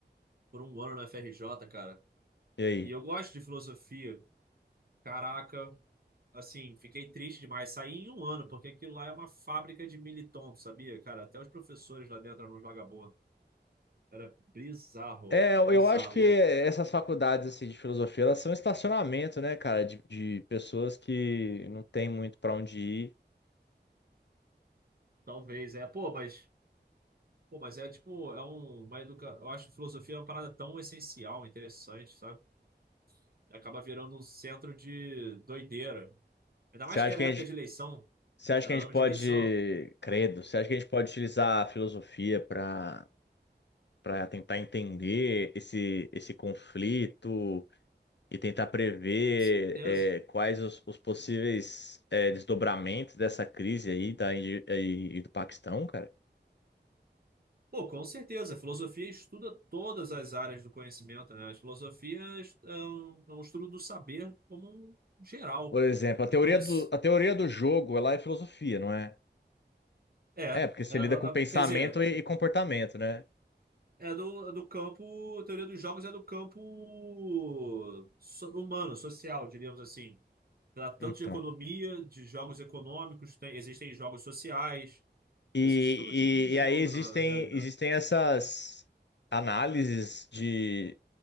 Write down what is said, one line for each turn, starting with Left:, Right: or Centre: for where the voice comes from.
Right: por um ano na FRJ, cara.
Left: E aí?
Right: E eu gosto de filosofia. Caraca, assim, fiquei triste demais. Saí em um ano, porque aquilo lá é uma fábrica de militon, tu sabia, cara? Até os professores lá dentro eram uns vagabundos. Era bizarro,
Left: É, eu
Right: bizarro.
Left: eu acho que
Right: E
Left: essas
Right: é-
Left: faculdades assim, de filosofia, elas são estacionamento, né, cara, de, de pessoas que não tem muito pra onde ir.
Right: talvez, é, pô, mas, pô, mas é tipo, é um, uma educa... Eu acho que filosofia é uma parada tão essencial, interessante, sabe? E Acaba virando um centro de doideira. Ainda
Left: Você
Right: mais
Left: acha
Right: que era
Left: que a
Right: época
Left: gente,
Right: de eleição,
Left: Você acha
Right: era
Left: que a
Right: ano
Left: gente pode,
Right: de eleição.
Left: credo, você acha que a gente pode utilizar a filosofia para para tentar entender esse, esse conflito e tentar prever
Right: Com certeza.
Left: é, quais os, os possíveis é, desdobramentos dessa crise aí da Índia e e do Paquistão, cara?
Right: Pô, com certeza. A filosofia estuda todas as áreas do conhecimento, né? A filosofia é um, é um estudo do saber como um geral.
Left: Por exemplo, a teoria
Right: Então, isso
Left: do, a teoria do jogo, ela é filosofia, não é?
Right: é, é,
Left: É, porque você
Right: é, é,
Left: lida com pensamento
Right: Quer dizer,
Left: e, e comportamento, né?
Right: é do, é do campo. A teoria dos jogos é do campo so- humano, social, diríamos assim. Trata tanto
Left: Então.
Right: de economia, de jogos econômicos, tem- existem jogos sociais,
Left: E,
Right: existe todo tipo de jogo
Left: e, e aí existem,
Right: na realidade.
Left: existem essas análises de